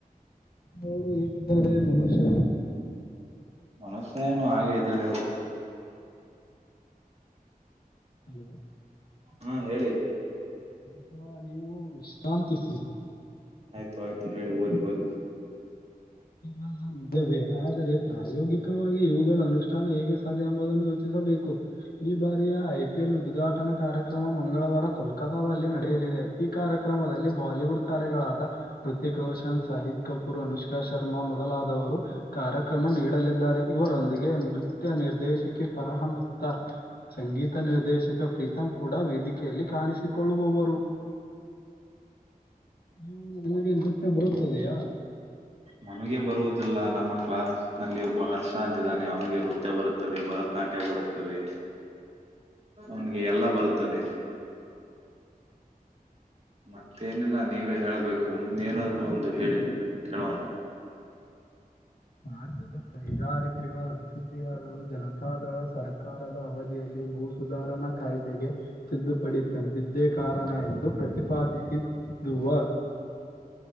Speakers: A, on the left; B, on the right.
A: ಅವರು ಹೇಗಿದ್ದಾರೆ ಮನುಷ್ಯ.
B: ಮನುಷ್ಯ ಏನು ಹಾಗೆ ಇದ್ದಾರೆ ಇವ್ರು.
A: ಹಲೋ
B: ಹಾ ಹೇಳಿ
A: ಸ್ವಲ್ಪ ನೀವು ವಿಶ್ರಾಂತಿಸಿ.
B: ಆಯ್ತು ಆಯ್ತು ಹೇಳಿ ಓದಿ ಓದಿ.
A: ಇವೆಲ್ಲ ನಿಜವೇ ಆದರೆ ಪ್ರಾಯೋಗಿಕವಾಗಿ ಇವುಗಳ ಅನುಷ್ಠಾನ ಹೇಗೆ ಸಾಧ್ಯ ಎಂಬುದನ್ನು ಯೋಚಿಸಬೇಕು. ಈ ಬಾರಿಯ ಐ ಪಿ ಎಲ್ ಉದ್ಘಾಟನಾ ಕಾರ್ಯಕ್ರಮ ಮಂಗಳವಾರ ಕೋಲ್ಕತಾದಲ್ಲಿ ನಡೆಯಲಿದೆ. ಈ ಕಾರ್ಯಕ್ರಮದಲ್ಲಿ ಬಾಲಿವುಡ್ ತಾರೆಗಳಾದ ಹೃತಿಕ್ ರೋಷನ್ ಸಹೀದ್ ಕಪೂರ್ ಅನುಷ್ಕಾ ಶಾ ಶರ್ಮಾ ಮೊದಲಾದವರು ಕಾರ್ಯಕ್ರಮ ನೀಡಲಿದ್ದಾರೆ ಇವರೊಂದಿಗೆ ನೃತ್ಯ ನಿರ್ದೇಶಕಿ ಫರಹನ್ ಹತ್ತಾರ್ ಸಂಗೀತ ನಿರ್ದೇಶಕ ಪ್ರೀತಂ ಕೂಡ ವೇದಿಕೆಯಲ್ಲಿ ಕಾಣಿಸಿಕೊಳ್ಳುವವರು. ನೀವು ನಿಮಗೆ ನೃತ್ಯ ಬರುತ್ತದೆಯಾ.
B: ನಮಗೆ ಬರುದಿಲ್ಲ ನಮ್ಮ ಕ್ಲಾಸ್ ನಲ್ಲಿ ಒಬ್ಬ ಹರ್ಷ ಅಂತಿದ್ದಾನೆ ಅವನಿಗೆ ನೃತ್ಯ ಬರುತ್ತದೆ ಭರತನಾಟ್ಯ ಬರುತ್ತದೆ. ಅವನಿಗೆ ಎಲ್ಲಾ ಬರುತ್ತದೆ. ಮತ್ತೇನಿಲ್ಲ ನೀವೇ ಹೇಳಬೇಕು ಮುಂದೆ ಏನಾದ್ರು ಒಂದು ಹೇಳಿ ಕೇಳೋಣ.
A: ರಾಜ್ಯದ ಕೈಗಾರಿಕೆಗಳ ಅಭಿವೃದ್ಧಿಯಾಗಲು ಜನತಾದಳ ಸರ್ ಕಾರದ ಅವಧಿಯಲ್ಲಿ ಭೂ ಸುಧಾರಣಾ ಕಾಯ್ದೆಗೆ ತಿದ್ದುಪಡಿ ತಂದಿದ್ದೇ ಕಾರಣ ಎಂದು ಪ್ರತಿಪಾದಿಸಿರುವ